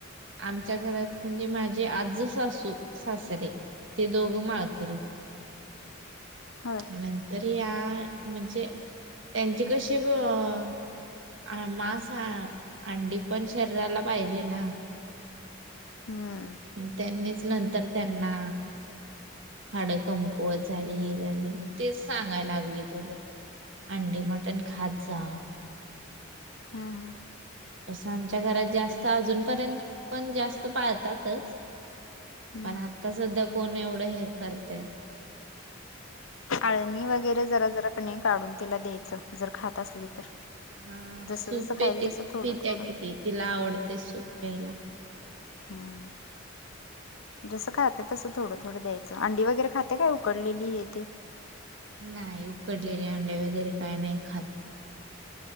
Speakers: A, on the right; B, on the left.
A: आमच्या घरात म्हणजे, माझे आज्जे सासू, सासरे ते दोघं माळकरी होते.
B: हो.
A: नंतर या म्हणजे त्यांची कशी ग - अ मास आ अंडी पण शरीराला पाहिजे ना?
B: हम्म.
A: त्यांनीच नंतर त्यांना हाड कमकुवत झाली हे झाली. मग तेच सांगायला लागलेत उलट आंडी मटण खात जा.
B: हा हा.
A: असं आमच्या घरात जास्त, अजूनपर्यंत पण जास्त पाळतातच.
B: हम्म
A: पण आत्ता सध्या कोण एवढं हे करतय.
B: आळणी वगैरे जरा जरा कनि काढून तिला द्यायचं. जर खात असली तर.
A: हा.
B: जसं
A: सूप
B: जसं
A: पेते
B: खाईल तसं थोडं
A: पितेय
B: थोडं
A: कि ती. तिला आवडतय सूप प्यायला.
B: हम्म जसं खाते तसं थोडं थोडं द्यायचं अंडी वगैरे खाते का उकडलेली हे ते
A: नाही उकडलेले अंडे वगैरे काय नाही खात